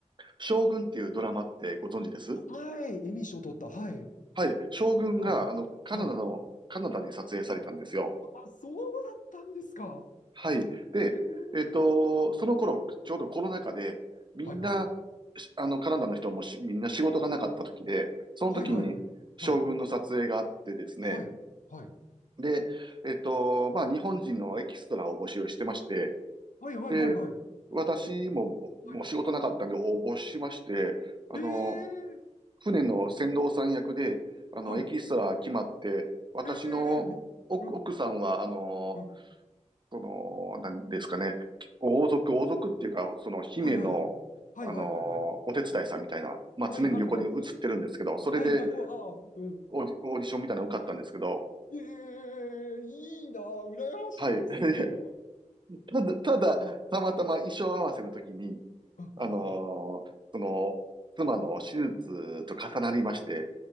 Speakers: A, on the right; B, on the left.
A: 将軍っていうドラマってご存知です
B: はい、エミー賞取った。はい、
A: はい、将軍が、
B: はい、
A: あの、カナダの、
B: はい。
A: カナダで撮影されたんですよ。
B: あ、そうだったんですか。
A: はい。で、
B: ええ
A: えっと、その頃、ちょうどコロナ禍で、みんな、
B: はいはいはい。
A: しあの、カナダの人もしみんな仕事がなかった時で、その時に将軍の撮影があってですね、
B: はいはいはい。はい、はい、はい。
A: で、えっと、まあ、日本人のエキストラを募集してまして、
B: はいはいはいはい。
A: で、私も、もう仕事なかったんで応募しまして、
B: はい。
A: あの、
B: ええ
A: 船の船頭さん役で、あの、
B: はい。
A: エキストラ決まって、私の奥、
B: ええみうん、
A: 奥さんは、あの、
B: うん。
A: その、なんですかね、王族、王族っていうか、その姫の、
B: はいはいはい。はいはいはいはい。
A: あのーお手伝いさんみたいな、まあ常に横に映ってるんですけど、
B: はいはいはいはい。
A: それで
B: はいはい、うわあ、うん。
A: オーディ、オーディションみたいなの受かったんですけど、
B: ええいいな、羨ましいですね、
A: はい。<laughs>
B: それは。
A: いやただ、ただ、たまたま衣装合わせの時に、
B: うんうんうん。
A: あのーその、妻の手術と重なりまして、